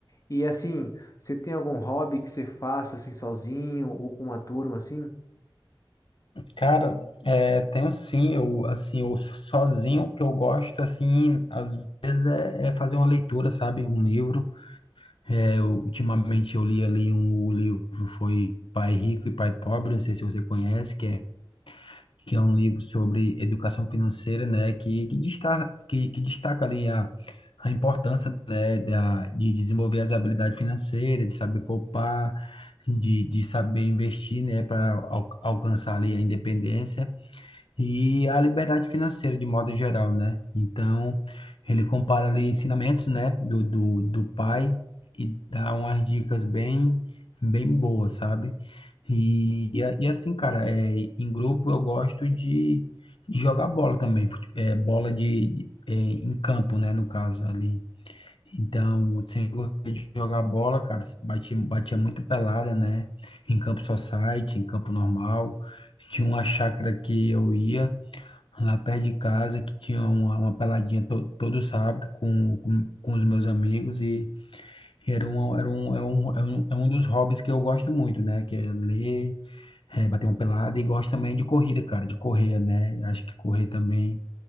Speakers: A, on the left; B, on the left.
A: E assim, você tem algum hobby que você faça assim sozinho ou com uma turma assim?
B: Cara, é, tenho sim, eu assim, eu sozinho o que eu gosto assim, às vezes é, é fazer uma leitura, sabe? Um livro. É, eu- ultimamente eu li ali um o livro foi Pai Rico e Pai Pobre, não sei se você conhece, que é que é um livro sobre educação financeira, né, que, que destaca, que, que destaca ali a, a importância, né, da, de desenvolver as habilidades financeiras, de saber poupar, de, de saber investir, né, para al, alcançar ali a independência. E a liberdade financeira, de modo geral, né? Então, ele compara ali ensinamentos, né, do, do, do pai e dá umas dicas bem, bem boas, sabe? E, e, a- e assim, cara, é, em grupo eu gosto de, de jogar bola também, fute- é, bola de, de- é, em campo, né, no caso, ali. Então, eu sempre gostei de jogar bola, cara, batia, batia muito pelada, né? Em campo society, em campo normal. Tinha uma chácara que eu ia lá perto de casa, que tinha uma, uma peladinha to, todo sábado com, com, com os meus amigos e era um, era um, é um, é um, é um dos hobbies que eu gosto muito, né? Que é ler, é, bater uma pelada e gosto também de corrida, cara, de correr, né? Acho que correr também